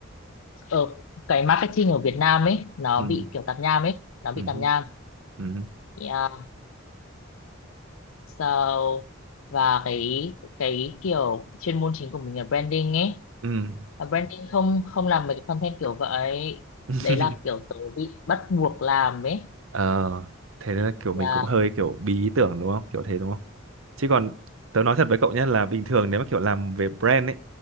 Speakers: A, on the left; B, on the right.
A: ở cái marketing ở Việt Nam ấy nó
B: Ừ.
A: bị kiểu tạp nham ấy nó bị
B: Ừ.
A: tạp
B: hứ,
A: nham
B: Ừ. hứ,
A: yeah. so và cái cái kiểu chuyên môn chính của mình là branding ấy
B: Ừ.
A: và branding không không làm mấy cái content kiểu vậy
B: <laughs>
A: đấy là kiểu tớ bị bắt buộc làm ấy
B: Ờ, thế nên là kiểu mình
A: yeah.
B: cũng hơi kiểu bí ý tưởng đúng không? Kiểu thế đúng không? Chứ còn tớ nói thật với cậu nhé là bình thường nếu mà kiểu làm về brand ấy